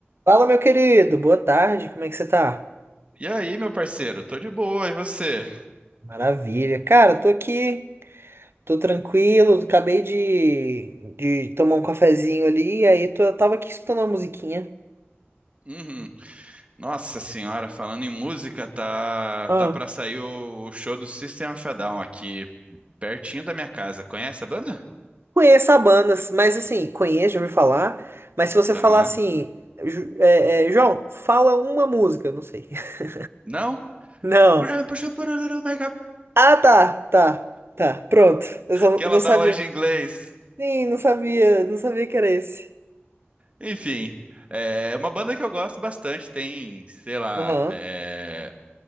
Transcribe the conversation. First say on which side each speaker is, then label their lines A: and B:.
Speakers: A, on the right; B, on the right.
A: Fala, meu querido, boa tarde, como é que você tá?
B: E aí, meu parceiro? Tô de boa, e você?
A: Maravilha. Cara, tô aqui, tô tranquilo, acabei de, de tomar um cafezinho ali, aí tô, tava aqui escutando uma musiquinha.
B: Uhum. Nossa senhora, falando em música, tá
A: Ah.
B: tá para sair o o show do System of a Down aqui pertinho da minha casa. Conhece a banda?
A: Conheço a banda, mas assim, conheço, já ouvi falar, mas se você
B: Aham.
A: falar assim, Ju- é, é, João, fala uma música, eu não sei. <laughs>
B: Não?
A: Não.
B: Grandpa should put a little makeup.
A: Ah, tá, tá, tá, pronto. Eu só não
B: Que ela
A: não
B: dá
A: sabia.
B: aula de inglês.
A: Sim, não sabia, não sabia que era esse.
B: Enfim, é uma banda que eu gosto bastante. Tem, sei lá,
A: Aham.
B: é,